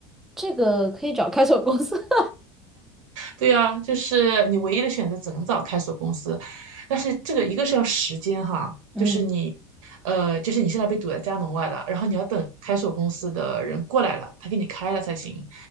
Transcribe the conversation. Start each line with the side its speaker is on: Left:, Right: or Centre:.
Centre: 这个可以找开锁公司。<laughs>
Right: 对啊，就是你唯一的选择只能找开锁公司，但是这个一个是要时间哈，
Centre: 嗯
Right: 就是你。呃，就是你现在被堵在家门外了，然后你要等开锁公司的人过来了，他给你开了才行。